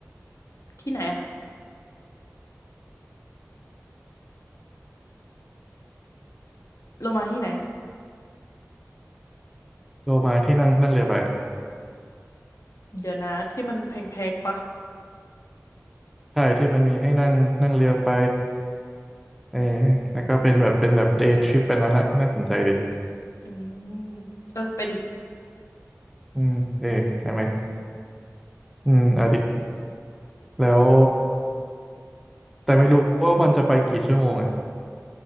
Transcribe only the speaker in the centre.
โลมาที่นั่งนั่งเรือไปอะ
ใช่ที่มันมีให้นั่งนั่งเรือไปเออแล้วก็เป็นแบบเป็นแบบเดย์ทริปไปนั้นอะน่าสนใจดิ
อืมเออได้ไหมอืมเอาดิแล้วแต่ไม่รู้ว่ามันจะไปกี่ชั่วโมงอ่ะ